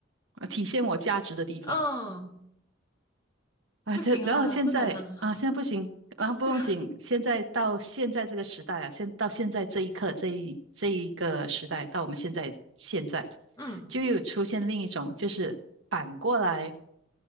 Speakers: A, on the right; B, on the left.
A: 呃体现我价值的地方。
B: 嗯，
A: 啊，
B: 不行啦，
A: 这然后现在啊，
B: 不能啦，
A: 现在不行啊，不用紧，
B: <laughs> 这，
A: 现在到现在这个时代啊，现到现在这一刻，这一这一个时代，到我们现在现在，
B: 嗯。
A: 就有出现另一种，就是反过来